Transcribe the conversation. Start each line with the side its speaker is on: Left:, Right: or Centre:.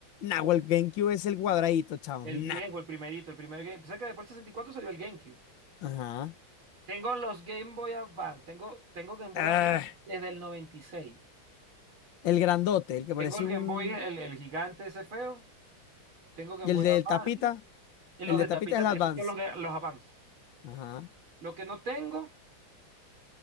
Left: Nah, o el GameCube es el cuadradito, chavo.
Right: el
Left: Nah.
Right: viejo, el primerito, el primer Game. ¿Sabes que después del 64 salió el GameCube?
Left: Ajá.
Right: Tengo los Game Boy Advance, tengo, tengo Game Boy
Left: Ah,
Right: Advance desde el noventa y seis.
Left: el grandote, el que
Right: Tengo
Left: parece
Right: el
Left: un.
Right: Game Boy, el, el gigante ese feo. Tengo Game
Left: Y el
Right: Boy
Left: de
Right: Advance.
Left: tapita,
Right: Y los
Left: el de
Right: de tapita,
Left: tapita es el
Right: esos
Left: Advance.
Right: son los, los Advance.
Left: Ajá.
Right: Lo que no tengo